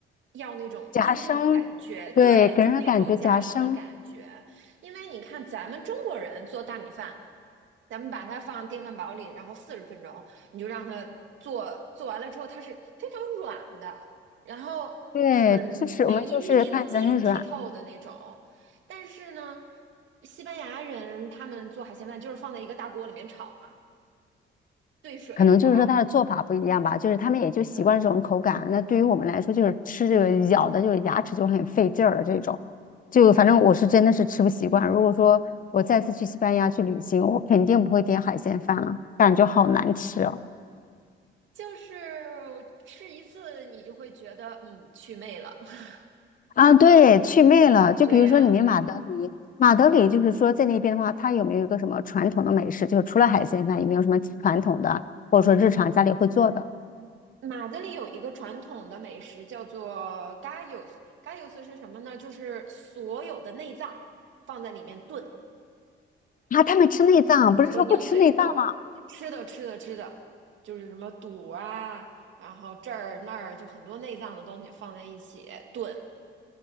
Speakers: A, on the right (about 70°); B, on the left (about 45°).
A: 要那种硬硬的感觉，
B: 夹生，对，
A: 对，
B: 给人的感觉夹生，
A: 就是那种夹生的感觉。因为你看咱们中国人做大米饭，咱们把它放电饭煲里，然后四十分钟，你就让它做，做完了之后它是非常软的，然后很每一粒都晶莹剔透的那种。
B: 对，就是我们就是看起来很软。
A: 但是呢，西班牙人他们做海鲜饭就是放在一个大锅里面炒嘛，兑水，
B: 可能就是说他的做法不一样吧，
A: 然后
B: 就是他们也就习惯这种口感。
A: 对，
B: 那对于我们来说，就是吃这个咬的，就是牙齿就很费劲儿了这种。就反正我是真的是吃不习惯。如果说我再次去西班牙去旅行，我肯定不会点海鲜饭了，感觉好难吃哦。
A: 就是吃一次你就会觉得嗯去魅了，<laughs>
B: 啊，对，去魅了。
A: 就这样。
B: 就比如说你们马德里，马德里就是说在那边的话，它有没有一个什么传统的美食？就是除了海鲜饭，有没有什么传统的，或者说日常家里会做的？
A: 马德里有一个传统的美食叫做 gallos，gallos 是什么呢？就是所有的内脏放在里面炖，
B: 啊，他们吃内脏，
A: 和鹰嘴豆吃的吃的吃的，
B: 不是说不吃内脏吗？
A: 就是什么肚啊，然后这儿那儿就很多内脏的东西放在一起炖。